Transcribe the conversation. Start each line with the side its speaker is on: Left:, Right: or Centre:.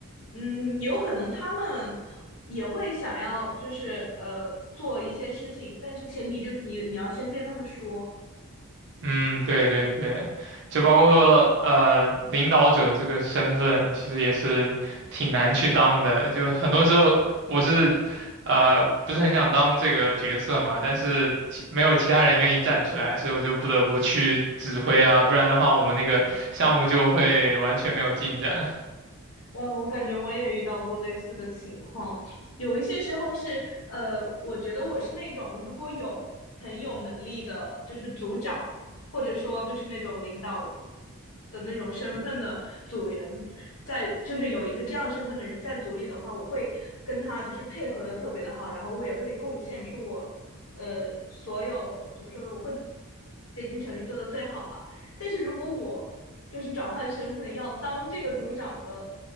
Left: 嗯，有可能他们也会想要，就是呃，做一些事情，但是前提就是你你要先跟他们说。
Right: 嗯，对对对，就包括呃领导者这个身份，其实也是挺难去当的。就很多时候我是呃不是很想当这个角色嘛，但是其没有其他人愿意站出来，所以我就不得不去指挥啊，不然的话我们那个项目就会完全没有进展。
Left: 我我感觉我也遇到过类似的情况，有一些时候是，呃，我觉得我是那种如果有很有能力的，就是组长或者说就是那种领导的那种身份的组员在，就是有一个这样身份的人在组里的话，我会跟他就是配合的特别的好，然后我也会贡献出我，呃，所有怎么说呢，我会竭尽全力做的最好吧。但是如果我就是转换身份要当这个组长的